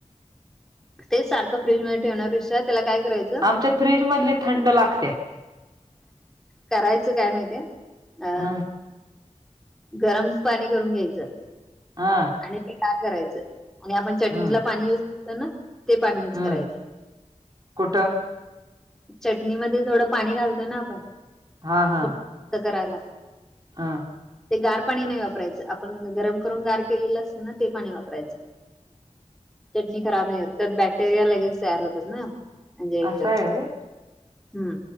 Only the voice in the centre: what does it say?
तेच सारखं फ्रीज मध्ये ठेवण्यापेक्षा त्याला काय करायचं
करायचं काय माहितीय अ
गरम पाणी करून घ्यायचं
आणि ते का करायचं आणि आपण चटणीला
पाणी यूज करतो ना ते पाणी युज
करायचं.
चटणीमध्ये थोडं पाणी घालतो ना आपण
थोडं करायला
ते गार पाणी नाही वापरायचं आपण गरम करून गार केलेलं अस हाय ना ते पाणी वापरायचं. चटणी खराब नाही होत बॅक्टेरिया लगेच तयार होतात ना. म्हणजे ह्याच्यात
हम्म